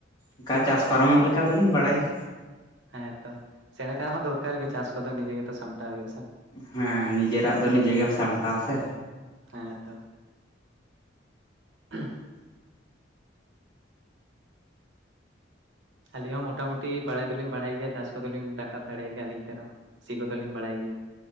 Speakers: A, on the left (about 20°); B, on the right (about 75°).
A: ᱚᱱᱠᱟ ᱪᱟᱥ ᱯᱟᱨᱚᱢᱚᱜ ᱞᱮᱠᱟ ᱫᱚᱞᱤᱧ ᱵᱟᱲᱟᱭᱟ᱾
B: ᱦᱮᱸᱛᱚ ᱥᱮᱬᱮᱠᱟᱜ ᱦᱚᱸ ᱫᱚᱨᱠᱟᱨ ᱜᱮ ᱪᱟᱥ ᱠᱚᱫᱚ ᱱᱤᱡᱮ ᱜᱮᱛᱚ ᱥᱟᱢᱴᱟᱣ ᱦᱩᱭᱩᱜᱼᱟ ᱥᱮ᱾
A: ᱦᱮᱸ ᱱᱤᱡᱮᱨᱟᱜ ᱫᱚ ᱱᱤᱡᱮᱜᱮ ᱥᱟᱢᱴᱟᱣ ᱥᱮ᱾
B: ᱦᱮᱸᱛᱚ <unintelligible> ᱟᱹᱞᱤᱧ ᱦᱚᱸᱢᱚᱴᱟᱟᱢᱩᱴᱤ ᱵᱟᱲᱟᱭ ᱫᱚᱞᱤᱧ ᱵᱟᱲᱟᱭ ᱜᱮᱭᱟ ᱪᱟᱥ ᱠᱚᱫᱚ ᱞᱤᱧ ᱨᱟᱠᱟᱵ ᱫᱟᱲᱮᱭᱟᱜ ᱜᱮᱭᱟ ᱟᱹᱞᱤᱧ ᱛᱮ᱾ ᱨᱮᱦᱚᱸ ᱥᱤ ᱠᱚᱫᱚᱞᱤᱧ ᱵᱟᱲᱟᱭ ᱜᱮᱭᱟ᱾